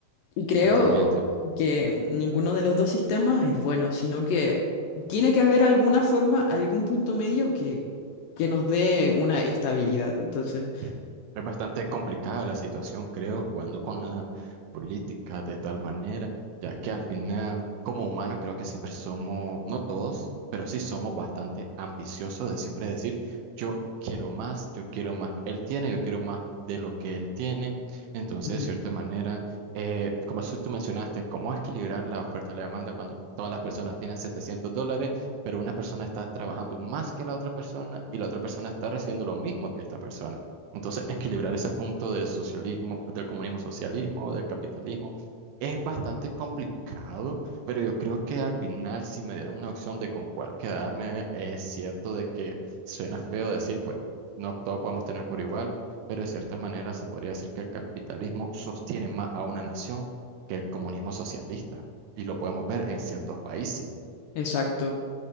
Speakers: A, on the left (about 80°); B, on the right (about 80°).
A: Y creo
B: Totalmente,
A: que ninguno de los dos sistemas es bueno, sino que tiene que haber alguna forma, algún punto medio que, que nos dé una estabilidad. Entonces,
B: Sí. Es bastante complicada la situación, creo, jugando con la política de tal manera, ya que al final, como humanos, creo que siempre somos, no todos, pero sí somos bastante ambiciosos de siempre decir, yo quiero más, yo quiero más que él tiene, yo quiero más de lo que él tiene. Entonces,
A: Ujú.
B: de cierta manera, eh, como si tú mencionaste, ¿cómo equilibrar la oferta y la demanda cuando todas las personas tienen 700 dólares, pero una persona está trabajando más que la otra persona y la otra persona está recibiendo lo mismo que esta persona? Entonces, equilibrar ese punto del socialismo, del comunismo socialismo, del capitalismo, es bastante complicado, pero yo creo que al final, si me dieran una opción de con cuál quedarme, es cierto de que suena feo decir, pues, no todos podemos tener por igual, pero de cierta manera se podría decir que el capitalismo sostiene más a una nación que el comunismo socialista, y lo podemos ver en ciertos países.
A: exacto.